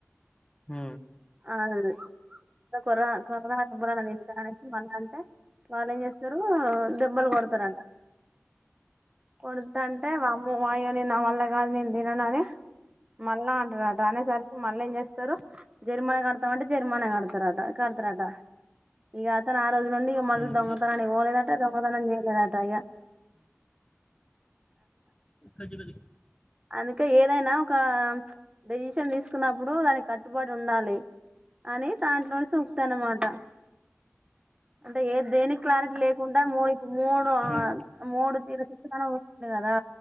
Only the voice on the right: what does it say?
అ ఇను కొర కొరనా అబ ని మ వాళ్ళు చేస్తారు దెబ్బలు కొడతారంట కొడుతుంటే వామ్మ వాయు నే నా వళ్ళ కాదు. నేను తినను అని మళ్ళా అంటారు. అనేసరికి మళ్ళీ ఏం చేస్తారు. జరిమానా కడతాం అంటే జరిమానా కడతారట కడతారట ఈక సారోళ్లు నుండి మళ్లు
దొంగతనానికి పోఓలేద దొంగతనం చేయలేదట ఇగ
అందుకే ఏదైనా ఒకా డెసిషన్ తీసుకున్నప్పుడు దానికి కట్టుబడి ఉండాలి. అని దాంట్లోనే సూ అన్నమాట అంటే ఏ దేనికి క్లారిటీ లేకుండా మూడిప్పుడు మూడు
మూడు తీర శిక్ష ఇట్ల కాదా